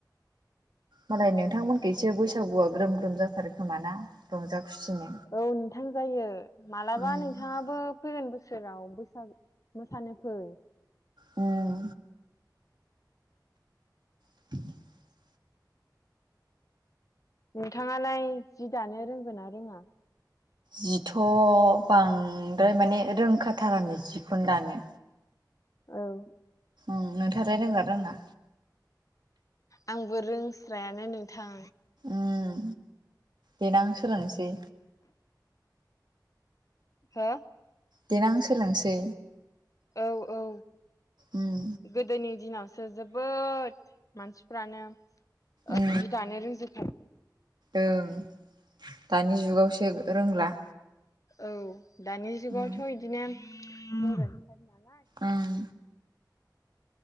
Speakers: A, on the right; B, on the left.
A: मालाय नोंथांमोनखैसो बैसागुआ ग्रोम ग्रोम जाथारोखोमा ना रंजा खुसिनो
B: औ नोंथां जायो मालाबा
A: उम
B: नोंथाङाबो फैगोन बोसोराव बैसागो मोसानो फै
A: उम <inaudible>
B: नोंथाङालाय जि दानो रोंगोना रोङा
A: जिथ' बांद्राय माने रोंखाथारानो जिखौनो दानो
B: औ
A: उम नोंथालाय रोंगोना रोङा
B: आंबो रोंस्रायानो नोंथां
A: उम देनां सोलोंनोसै
B: हो
A: देनां सोलोंनोसै
B: औ औ
A: उम
B: गोदोनि दिनावसो जोबोद मानसिफ्रानो ओ
A: उम
B: जि दानो रोंजोबखायो
A: ओं दानि जुगावसो रोंला
B: औ दानि जुगावथ'
A: उम
B: बिदिनो गोजोनथार नालाय
A: उम